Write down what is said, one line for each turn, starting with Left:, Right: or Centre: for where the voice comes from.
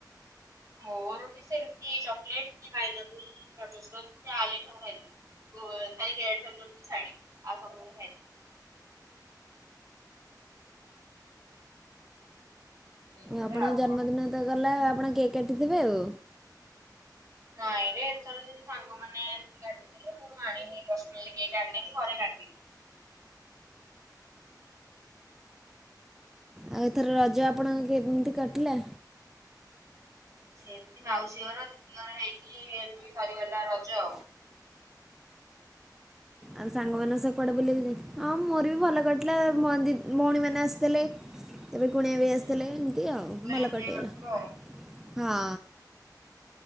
Right: ମୋର ବି ସେମିତି ଚକଲେଟ କି ପାଇନାପଲ ବଟରସ୍କଚ ଜାଲେ ସବୁ ଖାଇଦେବି। ଗୋ ଖାଲି ରେଡ ଭେଲବେଟ କୁ ଛାଡିକି ଆଉ ସବୁ ମୁ ଖାଇଦେବି। ଏଇଭଳିଆ
Centre: ଆପଣଙ୍କ
Right: ଆଉ
Centre: ଜନ୍ମଦିନ
Right: କଣ।
Centre: ତ ଗଲା ଆପଣ କେକ୍ କାଟିଥିବେ ଆଉ।
Right: ନାଇଁରେ ଏଥର ଯେମିତି ସାଙ୍ଗମାନେ କାଟି ଲେ ମୁଁ ଆଣିନି ପର୍ସନାଲି କେକ୍ ଆଣିନି କି ଘରେ କାଟିନି।
Centre: ଆଉ ଏଥର ରଜ ଆପଣଙ୍କ କେମିତି କାଟିଲା?
Right: ଏମତି ମାଉସୀ ଘର ଦିଦିଘର ହେଇକି ଏମତି ସରିଗଲା ରଜ ଆଉ।
Centre: ଆଉ ସାଙ୍ଗ ମାନ ସ କୁଆଡେ ବୁଲିଆକୁ ଯାଇଥିଲ? ହଁ ମୋର ବି ଭଲ କରିଥିଲା। ମୋ ଦି ଭଉଣୀ ମାନେ ଆସିଥିଲେ। ଏବେ କୁଣିଆ ବି
Right: ହୁଁ
Centre: ଆସିଥିଲେ ଏମିତି ଆଉ ଭଲ
Right: ଏଞ୍ଜୟ
Centre: କଟିଗଲା
Right: କରିଥିବ ଆଉ।
Centre: ହଁ।